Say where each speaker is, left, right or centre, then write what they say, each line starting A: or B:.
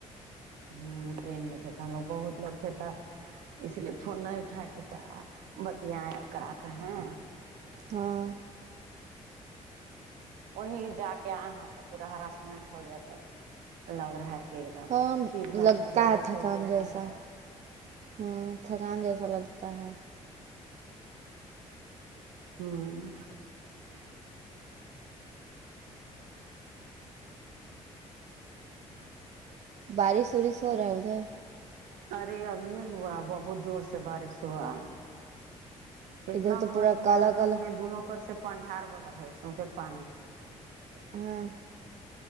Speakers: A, on the right; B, on the right.
A: ہوں ٹرین میں تھے تو ہم لوگ بہت لوگ تھا اس لیے فون نہیں اٹھا کہ کا بتیائے اور کا کہیں
B: ہاں
A: وہی جا کے آۓ ہے تو پورا ہراسمنٹ ہویا تو لگ رہا کہ ایک دم
B: ہاں
A: فیور
B: لگتا
A: ہے درد
B: تھکان
A: ہو گیا
B: جیسا
A: ہے
B: ہاں تھکان جیسا لگتا ہے
A: ہوں
B: بارش ورش ہو رہا ہے ادھر
A: ارے ابھی ہوا بہت زور سے بارش ہوا اتنا
B: ادھر تو
A: ہوا
B: پورا
A: کہ
B: کالا
A: وہاں روم
B: کالا
A: میں دونوں کر سے پنڈار بہار ہے سوسے پانی
B: ہاں